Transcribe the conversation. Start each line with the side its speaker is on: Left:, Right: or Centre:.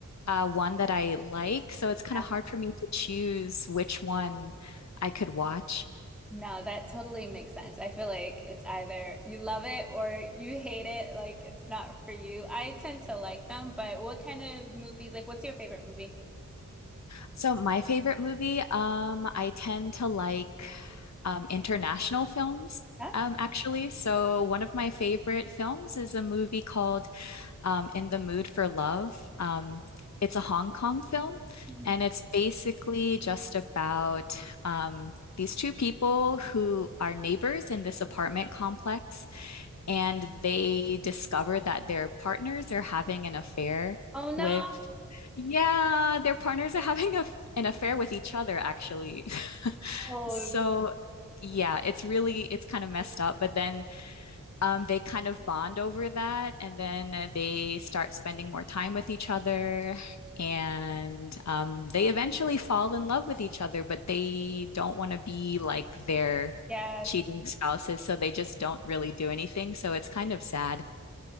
Left: uh, one that I like. So it's kind
Centre: Yeah.
Left: of hard for me to choose which one I could watch.
Centre: No, that totally makes sense. I feel like it's either you love it or you hate it, like it's not for you. I tend to like them, but what kind of movies, like what's your favorite movie?
Left: So my favorite movie, um, I tend to like um, international films,
Centre: Huh?
Left: um, actually. So one of my favorite films is a movie called um, In the Mood for Love. Um, it's a Hong Kong film,
Centre: Mhm.
Left: and it's basically just about um, these two people who are neighbors in this apartment complex, and they discover that their partners are having an affair
Centre: Oh no.
Left: with, yeah, their partners are <laughs> having a, an affair with each other, actually. <laughs>
Centre: Oh,
Left: So, yeah, it's really, it's kind of messed up, but then um, they kind of bond over that and then uh, they start spending more time with each other and um, they eventually fall in love with each other, but they don't want to be like their
Centre: Yes.
Left: cheating spouses, so they just don't really do anything. So it's kind of sad.